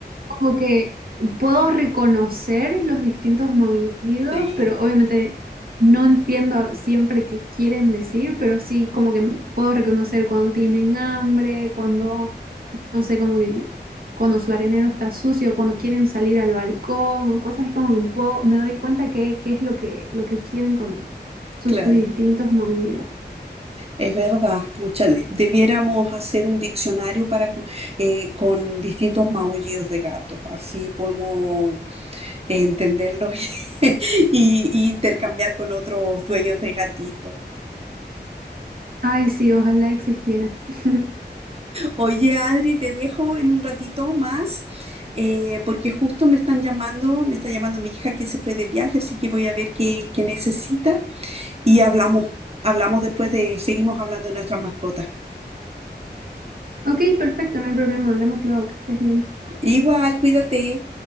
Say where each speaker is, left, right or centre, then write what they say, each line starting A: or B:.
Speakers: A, on the right (about 55°); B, on the right (about 35°).
A: como que puedo reconocer los distintos maullidos,
B: Sí.
A: pero obviamente no entiendo siempre qué quieren decir, pero sí como que puedo reconocer cuando tienen hambre, cuando no sé, como que cuando su arenero está sucio, cuando quieren salir al balcón, o cosas como que un poco me doy cuenta que, qué es lo que, lo que quieren con sus
B: Claro,
A: distintos movidos.
B: es verdad, pucha, de- debiéramos hacer un diccionario para co- eh, con distintos maullidos de gatos, así podemos entenderlos <laughs> y, y intercambiar con otros dueños de gatito.
A: Ay, sí, ojalá existiera. <laughs>
B: Oye, Adri, te dejo en un ratito más, eh, porque justo me están llamando, me está llamando mi hija que se fue de viaje, así que voy a ver qué, qué necesita y hablamos, hablamos después de, seguimos hablando de nuestras mascotas.
A: Ok, perfecto, no hay problema, hablamos luego, que estés bien.
B: Igual, cuídate.